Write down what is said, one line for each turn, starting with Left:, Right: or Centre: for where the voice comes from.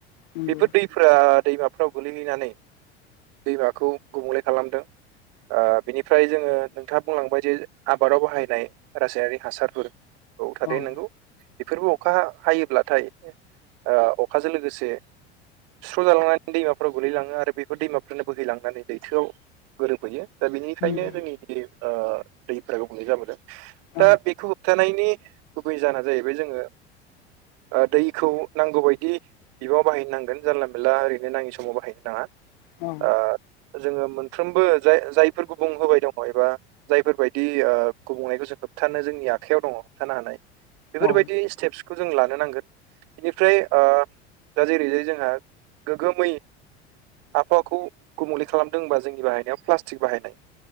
Left: नंगौ
Right: बेफोर दै फ्रा दैमाफोराव गोल्लैहैनानै दैमाखौ गुबुंले खालामदों ओ बिनिफ्राय जोङो नोंथाङा बुंलांबाय जे आबादाव बाहायनाय रासायनारि हासारफोर औ थारै
Left: औ
Right: नोंगौ बेफोरबो अखा हायोब्लाथाय ओ अखाजों लोगोसे सुस्र' जालांनानै दैमाफोराव गोगलैलाङो आरो बेखौ दैमाफोरनो बोहैलांनानै लैथोआव गोरोबफैयो दा बेनिखायनो
Left: नंगौ
Right: जोंनि बे दैफ्रा गुबुंले जाबोदों
Left: औ
Right: दा बेखौ होबथानायनि गुबै जाहोना जाहैबाय जोङो ओ दैखौ नांगौबायायदि बिबाङाव बाहायनो नांगोन जानला मेनला ओरैनो नाङि समाव बाहायनो नाङा
Left: औ
Right: ओ जोङो मोनफ्रोमबो जाय जायफोरखौ बुंहोबाय दङ एबा जायफोरबायदि ओ गुबुंनायखौ जों होबथानो जोंनि आखायाव दङ जानो हानाय बेफोरबायदि
Left: औ
Right: स्टेप्सखौ जों लानो नांगोन बेनिफ्राय ओ दा जेरैजाय जोंहा गोग्गोमै आबहावाखौ गुबुंले खालामदों होनबा जोंनि बाहायनायाव प्लास्टिक बाहायनाय